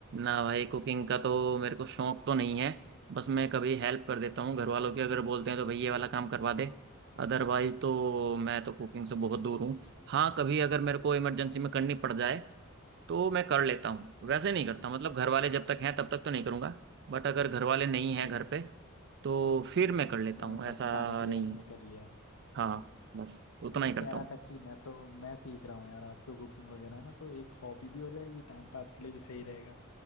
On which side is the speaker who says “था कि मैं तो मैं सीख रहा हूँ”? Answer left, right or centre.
Left